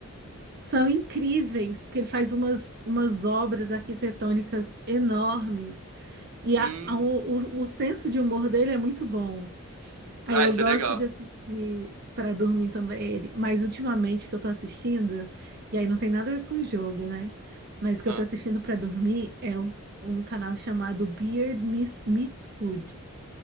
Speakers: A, on the right; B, on the right.
A: são incríveis, porque ele faz umas, umas obras arquitetônicas enormes. E a-
B: Hum.
A: a- o, o, o senso de humor dele é muito bom. Aí
B: Ah,
A: eu
B: isso
A: gosto
B: é legal.
A: de assistir para dormir também ele. Mas ultimamente que eu tô assistindo, e aí não tem nada a ver com o jogo, né? Mas o que
B: Ah,
A: eu tô assistindo para dormir é um, um canal chamado Beard Miss- Meets Food,